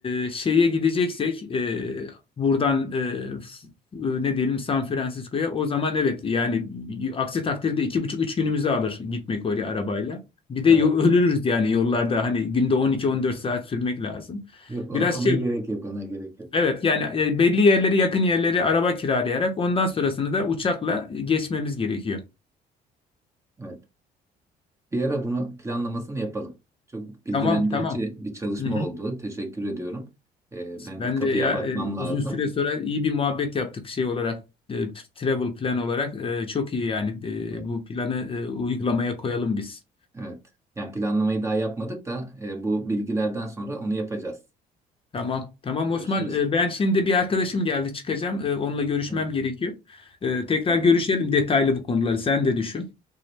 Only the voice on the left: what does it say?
e, şeye gideceksek e, buradan e, f- e, ne diyelim San Francisco'ya o zaman evet yani y- aksi takdirde iki buçuk üç günümüzü alır gitmek oraya arabayla. Bir de
yo- ölürüz yani yollarda hani günde 12-14 saat sürmek lazım.
Biraz
şey
Evet yani e, belli yerleri yakın yerleri araba kiralayarak ondan sonrasını da uçakla e, geçmemiz gerekiyor.
Tamam tamam.
Hı hı.
Ben
de ya
e, uzun
süre sonra iyi bir muhabbet yaptık şey olarak e, travel plan olarak E, çok iyi yani
E, bu planı e, uygulamaya koyalım biz.
Tamam tamam
Osman E, ben şimdi bir arkadaşım geldi çıkacağım E, onunla görüşmem
gerekiyor. E, tekrar
görüşelim detaylı bu konuları sen de düşün.